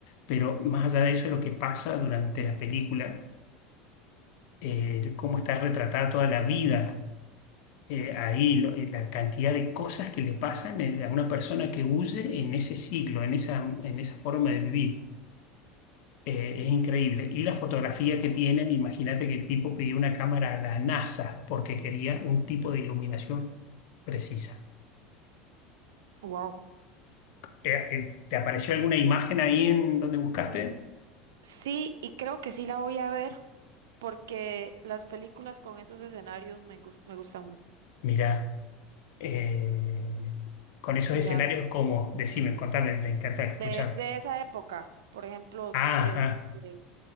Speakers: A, on the left (about 65°); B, on the right (about 75°).
A: pero más allá de eso, lo que pasa durante la película, eh, cómo está retratada toda la vida eh, ahí lo- eh, la cantidad de cosas que le pasan eh, a una persona que huye en ese siglo, en esa, en esa forma de vivir. Eh, es increíble. Y la fotografía que tienen, imagínate que el tipo pidió una cámara a la NASA porque quería un tipo de iluminación precisa.
B: Wow.
A: Eh, eh, ¿te apareció alguna imagen ahí en donde buscaste?
B: Sí, y creo que sí la voy a ver porque las películas con esos escenarios me, gus- me gustan mucho.
A: Mira, eh, con esos
B: Ya,
A: escenarios,
B: gu-
A: cómo Decime, contame, me encanta escuchar.
B: de, de esa época, por ejemplo,
A: Ah,
B: este,
A: ah.